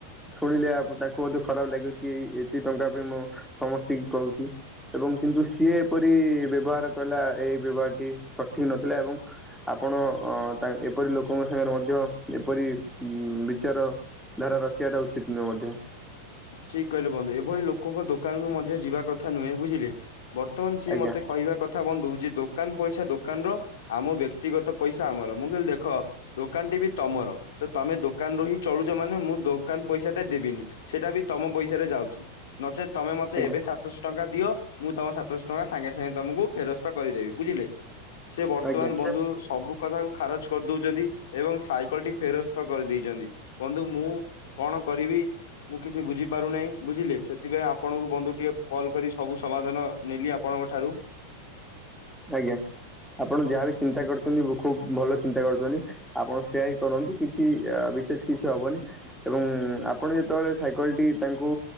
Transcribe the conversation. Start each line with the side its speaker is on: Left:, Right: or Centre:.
Centre: ଶୁଣିଲେ ଆ ତାଙ୍କୁ ମତେ ଖରାପ ଲାଗିବ କି ଏଇ ଏତି ଟଙ୍କା ପାଇଁ ମୁଁ ସମସ୍ତଙ୍କୁ କହୁଛି ଏବଂ କିନ୍ତୁ ସିଏ ଏପରି ବ୍ୟବହାର କଲା ଏଇ ବ୍ୟବହାରଟି ସଠିକ ଠିକ୍ ନଥିଲା ଏବଂ ଆପଣ ତା ଏପରି ଲୋକଙ୍କ ସାଙ୍ଗରେ ମଧ୍ୟ ଏପରି ଉ ବିଚାର ଧାରା ରଖିବାଟା ଉଚିତ ନୁହେ ମଧ୍ୟ
Left: ଠିକ କହିଲେ ବନ୍ଧୁ ଏଭଳି ଲୋକଙ୍କ ଦୋକାନକୁ ମଧ୍ୟ ଯିବା କଥା ନୁହେଁ ବୁଝିଲେ ବର୍ତ୍ତମାନ ସିଏ
Centre: ଆଜ୍ଞା
Left: ମତେ କହିବା କଥା ବନ୍ଧୁ ଯେ ଦୋକାନ ପଇସା ଦୋକାନ ର ଆମ ବ୍ୟକ୍ତିଗତ ପଇସା ଆମର ମୁଁ କହିଲି ଦେଖ ଦୋକାନ ଟି ବି ତମର ତ ତମେ ଦୋକାନ ରୁ ହି ଚଳୁଛ ମାନେ ମୁଁ ଦୋକାନ ପଇସା ଟା ଦେବିନି ସେଟା ବି ତମ ପଇସାରେ ଯାଉଛି ନଚେତ ତମେ ମତେ
Centre: ଆଜ୍ଞା
Left: ଏବେ ସାତ ଶହ ଟଙ୍କା ଦିଅ ମୁଁ ତମ ସାତଶ ଟଙ୍କା ସାଙ୍ଗେ ସାଙ୍ଗେ ତମକୁ ଫେରସ୍ତ କରିଦେବି ବୁଝିଲେ ସେ ବର୍ତ୍ତମାନ
Centre: ଆଜ୍ଞା।
Left: ବନ୍ଧୁ ସବୁ କଥାକୁ ଖାରଜ କରିଦଉଛନ୍ତି ଏବଂ ସାଇକେଲ ଟି ଫେରସ୍ତ କରିଦେଇଛନ୍ତି । ବନ୍ଧୁ ମୁଁ କଣ କରିବି ମୁଁ କିଛି ବୁଝିପାରୁନାହିଁ ବୁଝିଲେ ସେଥିପାଇଁ ଆପଣଙ୍କୁ ବନ୍ଧୁ ଟିକେ କଲ୍ କରି ସବୁ ସମାଧାନ ନେଲି ଆ ଆପଣଙ୍କ ଠାରୁ
Centre: ଆଜ୍ଞା ଆପଣ ଯାହାବି ଚିନ୍ତା କରୁଛନ୍ତି ଖୁବ୍ ଭଲ ଚିନ୍ତା କରୁଛନ୍ତି ଆପଣ ସେୟା ହିଁ କରନ୍ତୁ କିଛି ଆ ବିଶେଷ କିଛି ହବନି ଏବଂ ଆପଣ ଯେତେବେଳେ ସାଇକେଲ ଟି ତାଙ୍କୁ